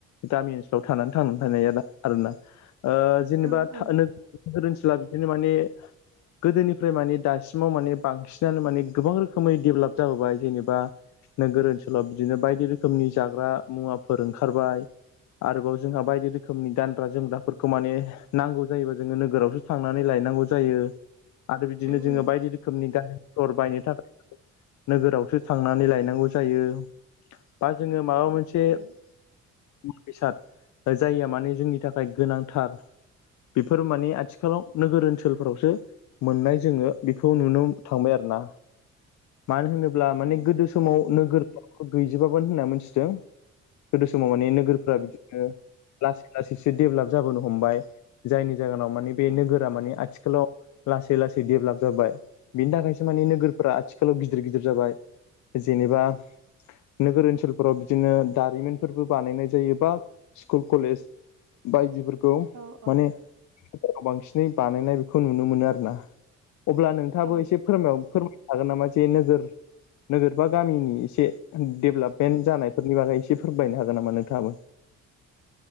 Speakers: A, on the left; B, on the right.
A: गामि ओनसोलाव थानानै थांनानै थानाय आरो आरोना जेनेबा
B: ओं ओं
A: नो गोर ओनसोला बिदिनो माने गोदोनिफ्राय माने दासिमाव माने बांसिनानो माने गोबां रोखोमै डेभेलप जाबोबाय जेनेबा नोगोर ओनसोलाव बिदिनो बायदि रोखोमनि जाग्रा मुवाफोर ओंखारबाय। आरोबाव जोंहा बायदि रोखोमनि दान जोमग्राफोरखौ माने नांगौ जायोबा जोङो नोगोरावसो थांनानै लायनांगौ जायो। आरो बिदिनो
B: ओम
A: जोङो बायदि रोखोमनि गारि मथर बायनो थाखाय नोगोरावसो थांनानै लायनांगौ जायो बा जोङो माबा मोनसे
B: ओम
A: मुवा बेसाद जायो माने जोंनि थाखाय गोनांथार बेफोर माने आथिखालाव नोगोर ओनसोलफोरावसो मोननाय जोङो बेखौ नुनो थांबाय आरो ना मानो होनो अब्ला माने
B: औ
A: गोदो समाव नोगोरफ्रो गैजोबाबोन होनना मिथिदों गोदो समाव माने नोगोरफोरा
B: औ
A: बिदिनो लासै लासैसो डेभेलप जाबोनो हमबाय। जायनि जाहोनाव माने बे
B: औ
A: नोगोरा मानि आथिखालाव लासै लासै देभेलप जाबाय बिनि थाखायसो माने नोगोरफोरा आथिखालाव गिदिर गिदिर जाबाय। जेनेबा नोगोर ओनसोलफोराव बिदिनो दारिमिनफोरबो बानायनाय जायो बा स्कुल कलेज बायदिफोरखौ
B: औ
A: माने <unintelligible> बांसिनै बानायनाय बेखौ नुनो मोनो आरोना अब्ला नोंथाङाबो
B: औ
A: एसे फोरमाय फोरमायनो हागोन नामा जे नोजोर नोगोर बा गामिनि एसे डेभेलपमेन्ट जानायफोरनि बागै एसे फोरमायनो हागोन नामा नोंथाङाबो?